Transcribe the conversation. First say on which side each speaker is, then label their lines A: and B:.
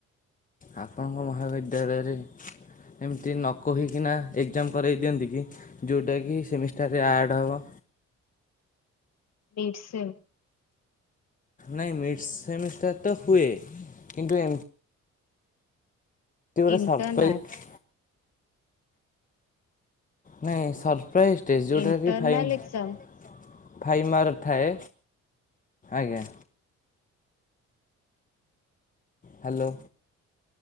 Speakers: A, on the left; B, on the left.
A: ଆପଣଙ୍କ ମହାବିଦ୍ୟାଳୟରେ ଏମିତି ନ କହିକିନା ଏକ୍ଜାମ କରାଇ ଦିଅନ୍ତି କି ଯୋଉଟାକି ସେମିଷ୍ଟାରରେ ଆଡ଼୍ ହବ।
B: Mid sem.
A: ନାଇଁ ମିଡସ୍ ସେମିଷ୍ଟାର ତ ହୁଏ କିନ୍ତୁ ଏମ ତି ଗୋଟେ
B: ଇଣ୍ଟରନାଲ
A: ସରପ୍ରାଇଜ୍। ନାଇଁ ସରପ୍ରାଇଜଟେ ଜୋଉଟା
B: ଇଣ୍ଟରନାଲ
A: କି ଫାଇମ
B: ଏକ୍ଜାମ
A: ଫାଇ ମାର୍ ଥାଏ ଆଜ୍ଞା। ହ୍ୟାଲୋ।